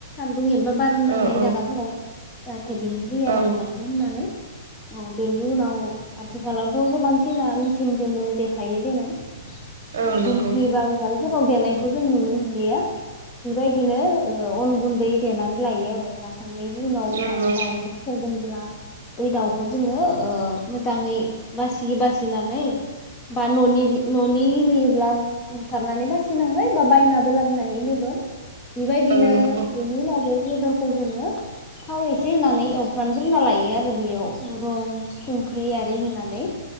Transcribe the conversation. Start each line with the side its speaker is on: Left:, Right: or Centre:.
Left: दुं एबा बार नांनाय
Right: औ औ
Left: जायागाफोराव। बिनि दैया रानलांथों
Right: औ
Left: होननानै। औ बेेनि उनाव आथिखालावथ गोबांसिना मेसिन दोननो देखायो देनाय
Right: औ
Left: ओ
Right: नंगौ
Left: दिंखि बा उराल फोराव देनायखौ जों नुनो मोनलिया बेबायदिनो अन गुन्दै देनानै लायो आरो ला थांनायनि उनाव
Right: नंगौ
Left: जा दाउजों सगोनब्ला बै दाउखौ जोङो ओमम जाङै बासि बासिनानै बा न'नि न'नि होयोब्ला बुथारनानै बासिनांबाय, बा बायनाबो लाबनो हायो बेदर। बेबायदिनो
Right: औ नंगौ
Left: बेनि उनावबोै बेदर खौ जोङो थाव एसे होनानै एवफ्रामगोरना लायो आरो बेयाव, रं, सं ख्रि आरि होनानै